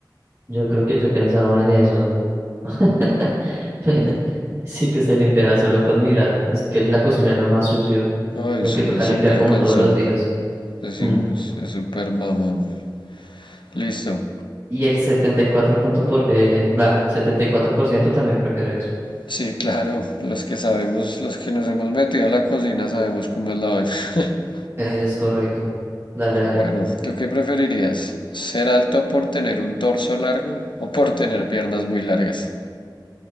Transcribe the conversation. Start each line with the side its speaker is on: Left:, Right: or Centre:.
Right: Yo creo que yo he pensado en eso. <laughs> <laughs> Sí que se limpiará solo con mirar. Es que la cocina es lo más sucio,
Left: Ay,
Right: lo
Left: sí,
Right: que toca
Left: es
Right: limpiar
Left: súper
Right: como
Left: cansón.
Right: todos los días.
Left: Es
Right: Mm.
Left: in- es súper mamón. güey. Listo.
Right: Y el setenta y cuatro punto por, eh, bah, 74% también prefiere eso.
Left: Sí, claro, los que sabemos, los que nos hemos metido a la cocina sabemos cómo es la vaina. <laughs>
Right: Es correcto. Dale, dale.
Left: Bueno, ¿tú qué preferirías? ¿Ser alto por tener un torso largo o por tener piernas muy largas?